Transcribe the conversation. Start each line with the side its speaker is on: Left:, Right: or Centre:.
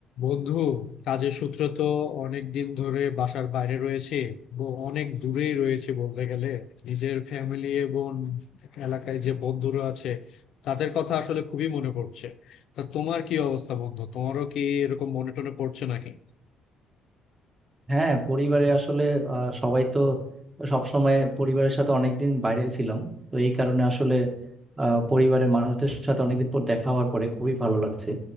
Left: বন্ধু কাজের সূত্র তো অনেক দিন ধরে বাসার বাইরে রয়েছে ব- অনেক দূরেই রয়েছে বলতে গেলে নিজের ফ্যামিলি এবং এলাকায় যে বন্ধুরা আছে তাদের কথা আসলে খুবই মনে পড়ছে তা তোমার কি অবস্থা বন্ধু তোমারও কি এরকম মনে টনে পড়ছে নাকি
Right: হ্যাঁ পরিবারে আসলে আহ, সবাই তো সবসময় পরিবারের সাথে অনেকদিন বাইরে ছিলাম তো এই কারণে আসলে আহ, পরিবারের মানুষদের সাথে অনেকদিন পর দেখা হওয়ার পরে খুবই ভালো লাগছে